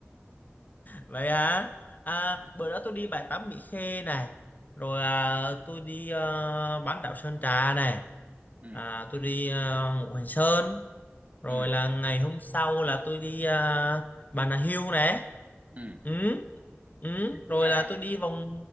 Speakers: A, on the left; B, on the right.
A: vậy hả à, bữa đó tôi đi bãi tắm Mỹ Khê này rồi à, tôi đi à, bán đảo Sơn Trà này
B: Ừ,
A: à, tôi đi à, Ngũ Hành Sơn rồi
B: ừ,
A: là ngày hôm sau là tôi đi à, Bà Nà Hills này
B: ừ.
A: ừ ừ,
B: Nhưng
A: rồi
B: mà,
A: là tôi đi vòng